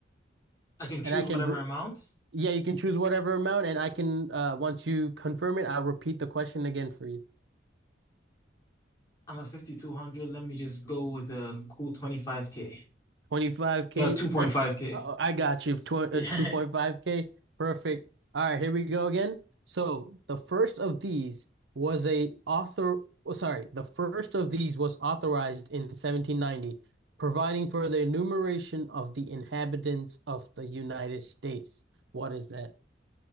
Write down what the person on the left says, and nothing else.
I can choose
whatever
amount.
I'm at 5,200. Let me just go with a cool 25K.
No, 2.5K.
Yeah.
<laughs>